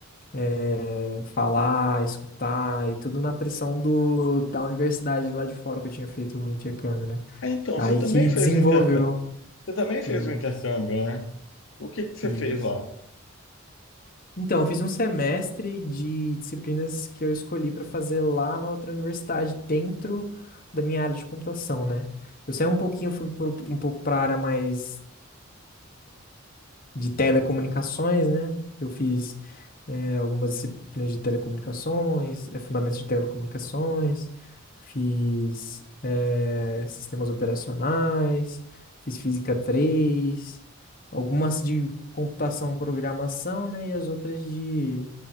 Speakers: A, on the left; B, on the left.
A: é, falar, escutar e tudo na pressão do, da universidade lá de fora que eu tinha feito o intercâmbio, né?
B: ah, então,
A: Aí
B: você também
A: que
B: fez
A: desenvolveu,
B: o intercâmbio. Você também fez
A: fiz,
B: um intercâmbio, né? O que que
A: fiz.
B: você fez lá?
A: Então, eu fiz um semestre de disciplinas que eu escolhi para fazer lá na outra universidade, dentro da minha área de computação, né? Eu saí um pouquinho, fui pro- um pouco para a área mais de telecomunicações, né? Eu fiz é, algumas disciplinas de telecomunicações, é, fundamentos de telecomunicações, fiz é, sistemas operacionais, fiz física 3, algumas de computação, programação, né? E as outras de